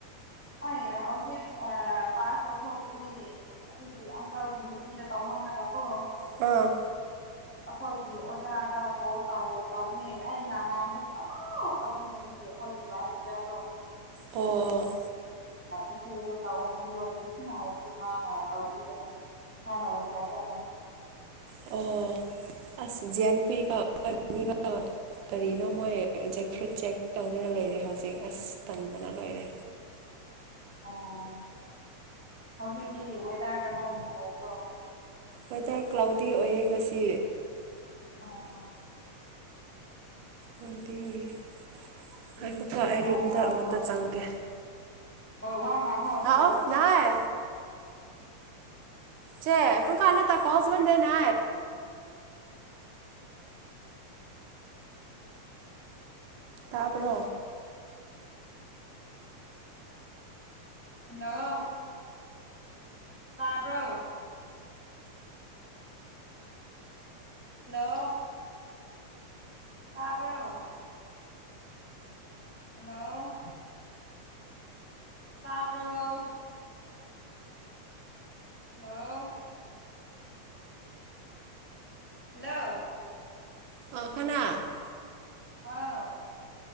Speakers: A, in the centre; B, on the right.
A: ꯑ ꯍꯧꯖꯤꯛ ꯄꯥꯁ ꯂꯣꯛ ꯑꯗꯨꯗꯤ ꯑꯪꯀꯜꯒꯤ ꯅꯨꯄꯤꯗ ꯇꯧꯍꯟꯂꯒ ꯀꯣ
B: ꯑꯥ
A: ꯑꯩꯈꯣꯏꯒꯤ ꯑꯣꯖꯥꯗ ꯀꯣꯜ ꯇꯧꯕꯅꯦ ꯑꯩꯅ ꯉꯥꯡꯕꯁꯨ ꯑꯐ ꯇꯧꯕꯤꯕ ꯑꯩꯈꯣꯏꯒꯤ ꯗꯣ
B: ꯑꯣ
A: ꯏꯆꯦꯗꯣ ꯇꯧꯍꯕꯤꯌꯣ ꯅꯤꯡꯁꯤꯅ ꯍꯥꯏꯕꯒꯤ ꯃꯥꯅ ꯇꯧꯕꯤꯔꯒ <unintelligible>
B: ꯑꯣ ꯑꯁ ꯌꯥꯟ ꯄꯀꯒ ꯀꯔꯤꯅꯣ ꯃꯣꯏ ꯖꯦꯛ ꯐ꯭ꯔꯨꯠ ꯆꯦꯛ ꯇꯧꯒꯦꯅ ꯂꯩꯔꯤ ꯍꯧꯖꯤꯛ ꯑꯁ ꯇꯟꯕꯅ ꯂꯣꯏꯔꯦ
A: ꯑꯣ ꯍꯧꯖꯤꯛꯇꯤ ꯋꯦꯗꯔ ꯀꯃꯥꯏꯅꯣꯗꯥꯕ꯭ꯔꯣ
B: ꯋꯦꯗꯔ ꯀ꯭ꯂꯥꯎꯗꯤ ꯑꯣꯏꯌꯦ ꯉꯁꯤ
A: ꯑꯣ
B: ꯍꯗꯤ ꯑꯣꯏꯌꯦ
A: ꯏꯪ
B: ꯍꯥꯏꯈꯣꯛꯀ
A: ꯏꯪꯕ꯭ꯔꯥ
B: ꯑꯩ ꯔꯨꯝꯗ
A: ꯅꯨꯡꯉꯥꯏꯕ꯭ꯔꯣ
B: ꯑꯃꯇ ꯆꯪꯒꯦ
A: ꯍꯣꯏ ꯋꯥ ꯉꯥꯡꯉꯣ ꯑꯗꯨ
B: ꯍꯥꯎ
A: ꯑꯣꯏꯔꯁꯨ
B: ꯅꯥꯏ ꯆꯦ ꯀꯨꯪ ꯈꯂ ꯇ ꯀꯣꯁꯕꯗꯦꯅꯥ
A: <unintelligible>
B: ꯇꯥꯕ꯭ꯔꯣ
A: ꯍꯜꯂꯣ ꯇꯥꯕ꯭ꯔꯣ ꯍꯜꯂꯣ ꯇꯥꯔꯕꯣ ꯍꯜꯂꯣ ꯇꯥꯔꯕꯣ ꯍꯂꯣ ꯍꯜꯂꯣ
B: <unintelligible>
A: ꯍꯥꯎ